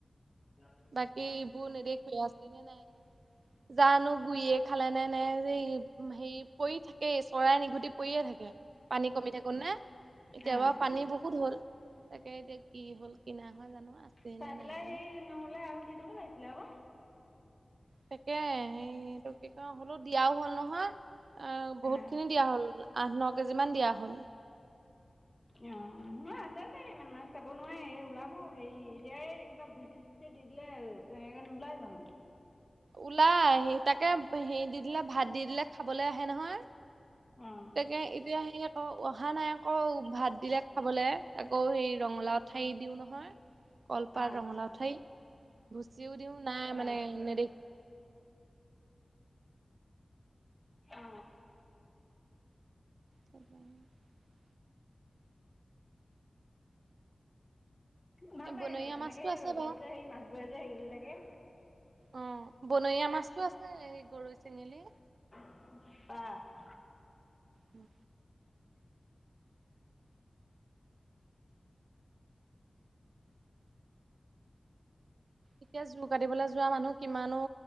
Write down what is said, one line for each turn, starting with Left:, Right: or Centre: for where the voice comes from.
Left: অ।
Right: বাকী এইবোৰ নেদেখুৱে আছে নে নাই? জানো গুৰি খালে নে নে হেৰি পৰি থাকে। চৰাই নিঘুটি পৰিয়ে থাকে পানী কমি থাকো নে? এতিয়াবা
Left: অ
Right: পানী বহুত হ'ল। তাকে এতিয়া কি হল কিনা হল জানো আছে
Left: চাই
Right: নে
Left: পেলাই
Right: নাই
Left: সেই
Right: নে?
Left: নহলে আৰু দি দিব লাগিছিলে আকৌ।
Right: তাকে। কি হলেও দিয়াও হল নহয়, আহ বহুত
Left: অ
Right: খিনি দিয়া হল আনক যিমান দিয়া হ'ল
Left: অ, মই আছে তাই ইমান মাছ চাব নোৱাৰি। ওলাব হেৰি এতিয়াই কিবা ঘুচি-চুচি দি দিলে এনেকে নোলাই জানো।
Right: ওলাই তাকে হেৰি দি দিলে ভাত দি দিলে খাবলৈ আহে নহয়।
Left: অ
Right: তাকে এতিয়া আহি অহা নাই আকৌ ভাত দিলে খাবলে। আকৌ, সেই ৰঙালাওঠাৰি দিও নহয়। কলপাত
Left: অ
Right: ৰঙালাও ঠাই ভুচিও দিওঁ না
Left: অ
Right: মানে নেদেখ। <unintelligible> <inaudible>
Left: অ।
Right: চকাৰ। <unintelligible>
Left: ভাল
Right: এই বনৰীয়া
Left: লাগে বাৰু, তেনেকে
Right: মাছটো
Left: সেই
Right: আছে
Left: ৰ'দত
Right: বাৰু
Left: যে সেই মাছবোৰে যে হেৰি লৈ থাকে।
Right: অ, বনৰীয়া মাছতো আছে এই গৰৈ চেঙেলী।
Left: আহ।
Right: উম। এতিয়া জোৰ কাটিবলৈ যোৱা মানুহ কিমানো